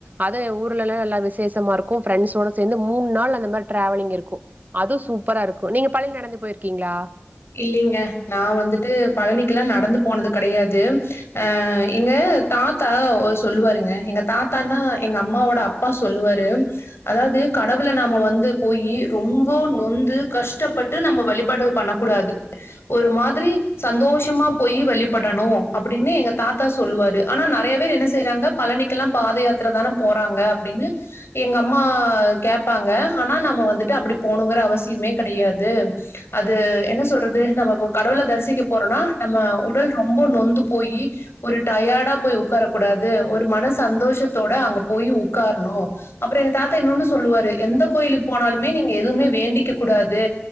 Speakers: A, on the right; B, on the left.
A: அது ஊர்லல்லா நல்ல விசேஷமாருக்கு ஃப்ரெண்ஸோட சேந்து மூண் நாள் அந்த மாரி டிராவலிங் இருக்கு கு அது சூப்பராருக்கு நீங்க பழனி நடந்து போயிருக்கீங்களா
B: இல்லைங்க நா வந்துட்டு பழனிக்கெல்லா நடந்து போனது கெடையாது அ எங்க தாத்தா ஒரு சொல்லுவருங்க எங்க தாத்தானா எங்க அம்மாவோட அப்பா சொல்லுவாரு அதாவது கடவுள நாம வந்து போயி ரொம்ப நொந்து கஷ்டப்பட்டு நம்ம வழிபாடு பண்ணக் கூடாது ஒரு மாதிரி சந்தோஷமா போய் வழிபடணு அப்பிடின்னு எங்க தாத்தா சொல்லுவாரு ஆனா நறைய பேர் என்ன செய் றாங்க பழனிக்கெல்லா பாதயாத்ர தான போறாங்க அப்டின்னு எங்க அம்மா கேப்பாங்க ஆனா நாம வந்துட்டு அப்படி போணுங்கற அவசியமே கடையாது அது என்ன சொல்றது நம்ம இப்ப கடவுள தரிசிக்க போறோன்னா நம்ம உடல் ரொம்ப நொந்து போயி ஒரு டயடா போய் உட்கார கூடாது ஒரு மன சந்தோஷத்தோட அங்க போய் உக்காரணு அப்புறோ எங்க தாத்தா இன்னொன்னு சொல்லுவாரு எந்த கோயிலுக் போனாலுமே நீங்க எதுவுமே வேண்டிக்க கூடாது